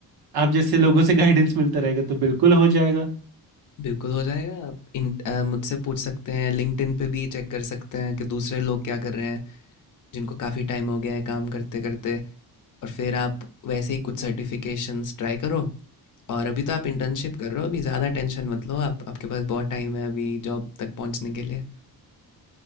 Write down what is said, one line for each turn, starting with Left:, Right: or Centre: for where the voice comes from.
Right: आप जैसे लोगों से गाइडेंस मिलता रहेगा तो बिल्कुल हो जाएगा
Left: बिल्कुल हो जाएगा आप इन अ, मुझसे पूछ सकते हैं लिंक्डइन पे भी चेक कर सकते हैं कि दूसरे लोग क्या कर रहे हैं जिनको काफ़ी टाइम हो गया है काम करते करते और फिर आप वैसे ही कुछ सर्टिफिकेशंस ट्राई करो और अभी तो आप इंटर्नशिप कर रहे हो अभी ज़्यादा टेंशन मत लो आप आपके पास बहुत टाइम है अभी जॉब तक पहुंचने के लिए